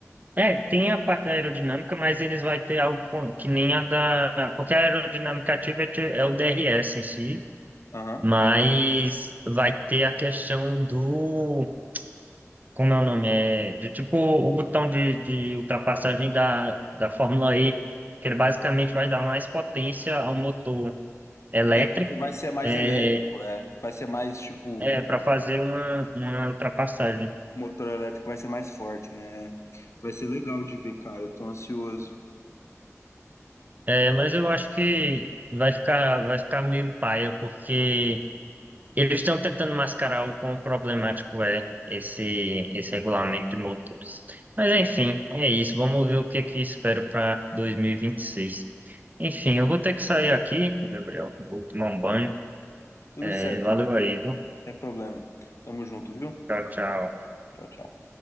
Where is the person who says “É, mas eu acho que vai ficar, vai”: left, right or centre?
Right